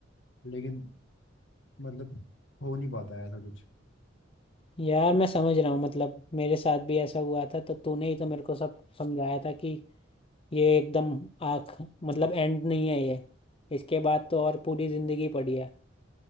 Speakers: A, on the left; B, on the left.
A: लेकिन मतलब हो नहीं पाता है ऐसा कुछ
B: यार मैं समझ रहा हूँ मतलब मेरे साथ भी ऐसा हुआ था तो तूने ही तो मेरे को सब समझाया था कि ये एकदम आख मतलब एंड नहीं है ये इसके बाद तो और पूरी जिंदगी पड़ी है